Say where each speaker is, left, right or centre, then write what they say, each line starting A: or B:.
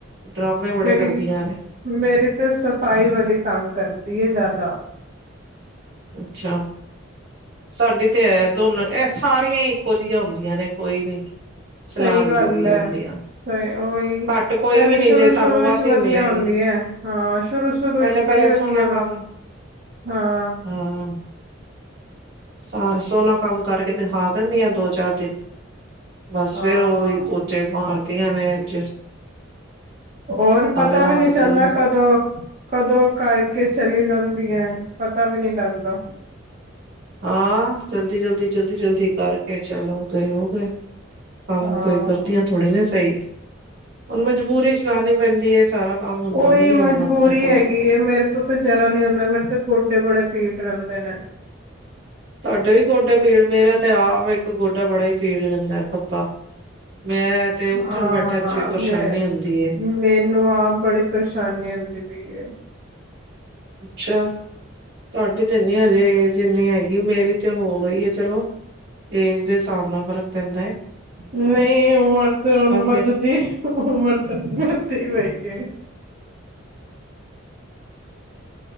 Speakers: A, on the right; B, on the right.
A: ਡਰਾਮੇ ਬੜੇ
B: ਮੇਰੀ
A: ਕਰਦੀਆਂ ਨੇ
B: ਮੇਰੀ ਤੇ ਸਫ਼ਾਈ ਵਾਲੀ ਤੰਗ ਕਰਦੀ ਏ ਜ਼ਿਆਦਾ।
A: ਅੱਛਾ, ਸਾਡੀੇ ਤੇ ਹੈ ਦੋਨੋ ਏਸ ਸਾਰੀਆਂ ਹੀ ਇੱਕੋ ਜਿਹੀਆਂ ਹੁੰਦੀਆਂ ਨੇ ਕੋਈ ਨੀ ਸਲਾਨ
B: ਸਹੀ ਗੱਲ
A: ਜੋਗੀ
B: ਐ
A: ਹੁੰਦੀਆਂ
B: ਸ ਓਹੀ
A: ਘੱਟ ਕੋਈ
B: ਪਹਿਲੇ
A: ਵੀ ਨੀ
B: ਸ਼ੁਰੂ
A: ਜੇ ਤੁਹਾਨੂੰ
B: ਸ਼ੁਰੂ
A: ਵੱਧ
B: 'ਚ
A: ਹੀ
B: ਵਧੀਆ
A: ਮਿਲੇਗੀ
B: ਆਉਂਦੀਆਂ ਐਂ ਹਾਂ ਸ਼ੁਰੂ ਸ਼ੁਰੂ
A: ਪਹਿਲੇ
B: 'ਚ
A: ਪਹਿਲੇ
B: ਬੜੀ
A: ਸੋਹਣਾ
B: ਵਧੀਆ ਵਾ
A: ਕੰਮ
B: ਹਾਂ।
A: ਹਾਂ ਸ ਸੋਹਨਾ ਕੰਮ ਕਰਕੇ ਦਿਖਾ ਦਿੰਦੀਆਂ ਦੋ ਚਾਰ ਦਿਨ। ਬਸ
B: ਹਾਂ
A: ਫੇਰ ਉਹੀ ਪੋਚੇ ਮਾਰਦੀਆਂ ਨੇ। ਜਸ
B: ਹੋਰ ਪਤਾ
A: ਲਾ
B: ਵੀ ਨਹੀਂ
A: ਕੇ ਚਲੇ
B: ਚੱਲਦਾ ਕਦੋਂ ਕਦੋਂ ਕਰਕੇ ਚਲੀ ਜਾਂਦੀਐ। ਪਤਾ ਵੀ ਨਹੀ ਲੱਗਦਾ।
A: ਹਾਂ ਜਲਦੀ- ਜਲਦੀ -ਜਲਦੀ -ਜਲਦੀ ਕਰਕੇ ਚੱਲ ਓ ਗਏ ਓ ਗਏ। ਕੰਮ
B: ਹਾਂ
A: ਕੋਈ ਕਰਦੀਆਂ ਥੋੜੀ ਨਾ ਸਹੀ। ਹੁਣ ਮਜਬੂਰੀ 'ਚ ਲਾਣੀ ਪੈਂਦੀ ਏ ਸਾਰਾ ਕੰਮ ਹੁੰਦਾ
B: ਉਹੀ
A: ਵੀ ਨੀ
B: ਮਜਬੂਰੀ
A: ਹੁਣ ਆਪਣੇ ਕੋਲੋਂ
B: ਹੈਗੀ ਏ, ਮੇਰੇ ਤੋਂ ਤੇ ਜਰਾ ਨੀ ਹੁੰਦਾ ਮੇਰੇ ਤੇ ਗੋਡੇ ਬੜੇ ਪੀੜ ਰਹਿੰਦੇ ਨੇ।
A: ਤੁਹਾਡੇ ਵੀ ਗੋਡੇ ਪੀੜ ਮੇਰਾ ਤੇ ਆਪ ਇੱਕ ਗੋਡਾ ਬੜਾ ਹੀ ਪੀੜ ਰਿੰਦਾ ਏ ਖੱਬਾ। ਮੈਂ ਤੇ ਉੱਠਣ
B: ਹਾਂ
A: ਬੈਠਣ ਚ ਵੀ ਪਰੇਸ਼ਾਨੀ
B: ਮ
A: ਹੁੰਦੀ ਏ
B: ਮੈਨੂੰ ਆਪ ਬੜੀ ਪਰੇਸ਼ਾਨੀ ਹੁੰਦੀ ਪਈ ਏ।
A: ਅੱਛਾ। ਤੁਹਾਡੀ ਤੇ ਨੀ ਹਜੇ ਏਜ ਇਨੀ ਹੈਗੀ। ਮੇਰੀ ਤੇ ਹੋ ਗਈ ਹੈ ਚਲੋ ਏਜ ਦੇ ਸਾਬ ਨਾਲ ਫ਼ਰਕ ਪੈਂਦਾਂ।
B: ਨਹੀਂ ਉਮਰ ਤੇ ਹੁਣ ਵੱਧਦੀ
A: ਗਏ ਨੇ
B: ਉਮਰ ਤਾਂ ਵੱਧਦੀ ਪਈ ਏ।